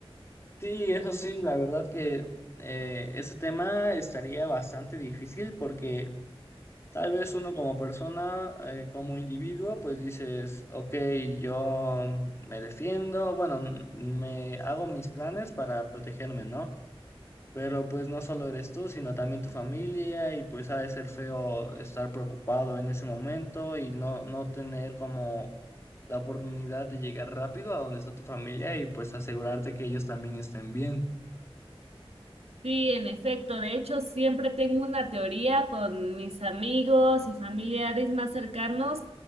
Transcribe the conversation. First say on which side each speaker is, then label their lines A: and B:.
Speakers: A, on the left; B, on the right.
A: Sí, eso sí, la verdad que eh, ese tema estaría bastante difícil porque... Tal vez uno como persona, eh, como individuo, pues dices, ok, yo me defiendo, bueno, m- me hago mis planes para protegerme, ¿no? Pero pues no solo eres tú, sino también tu familia y pues ha de ser feo estar preocupado en ese momento y no, no tener como la oportunidad de llegar rápido a donde está tu familia y pues asegurarte que ellos también estén bien.
B: Sí, en efecto. De hecho, siempre tengo una teoría con mis amigos y familiares más cercanos